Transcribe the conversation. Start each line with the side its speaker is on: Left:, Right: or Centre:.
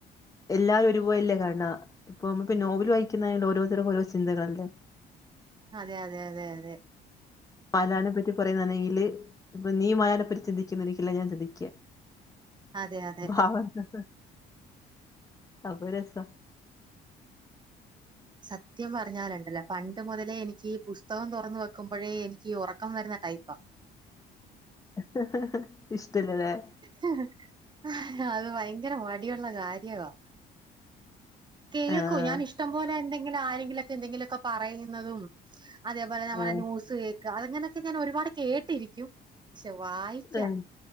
Left: എല്ലാരും ഒരുപോലയല്ലേ കാണ ഇപ്പൊ നോവൽ വായിക്കുന്നുള്ള ഓരോരുത്തർക്കും ഓരോ ചിന്തകളല്ലെ
Right: അതെ അതെ അതെ അതെ
Left: മലാനെ പറ്റി പറയുന്നാണെങ്കില് ഇപ്പൊ നീ മലാനെപ്പറ്റി ചിന്തിക്കുന്നരിക്കില്ല ഞാൻ ചിന്തിക്ക
Right: അതെ അതെ
Left: അവത്ത് അപ്പാരു രസ
Right: സത്യം പറഞ്ഞാല്ണ്ടല്ല പണ്ട് മുതലേ എനിക്ക് പുസ്തകം തുറന്ന വെക്കുമ്പോഴേ എനിക്ക് ഉറക്കം വരുന്ന ടൈപ്പാ
Left: ഹ്‌ഹ് ഹ്ഇഷ്ടെല്ലല്ലേ
Right: ഹ്‌ ഹ് ഹ്അത് ഭയങ്കര മടിയുള്ള കാര്യവാ കേൾക്കൂ
Left: ആഹ്
Right: ഞാൻ ഇഷ്ടം പോലെ എന്തെങ്കിലും ആരെങ്കിലുംക്കെ എന്തെങ്കിലുമൊക്കെ പറയുന്നതും അതേപോലെ നമ്മുടെ
Left: ഏഹ്
Right: ന്യൂസ് കേക്ക അതങ്ങനൊക്കെ ഞാൻ ഒരുപാട് കേട്ടിരി ക്കും പക്ഷെ വായിക്ക
Left: ഏഹ്